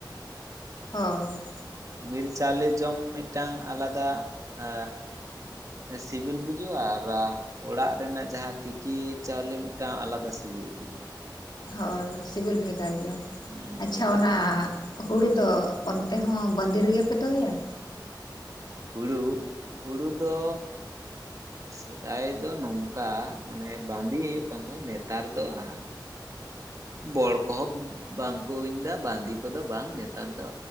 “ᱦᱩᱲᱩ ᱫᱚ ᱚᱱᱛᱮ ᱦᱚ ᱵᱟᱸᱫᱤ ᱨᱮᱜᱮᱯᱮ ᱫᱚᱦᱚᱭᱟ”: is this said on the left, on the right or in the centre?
Left